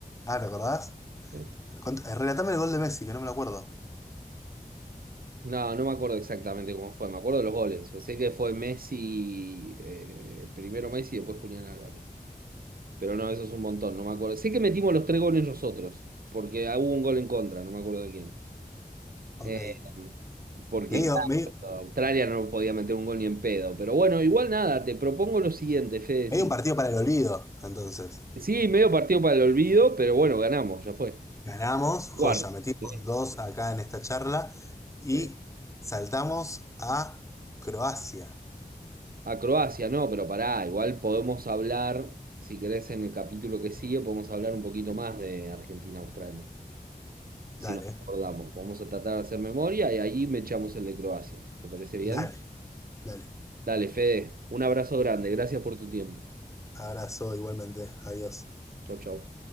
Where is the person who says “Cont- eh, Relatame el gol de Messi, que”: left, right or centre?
Left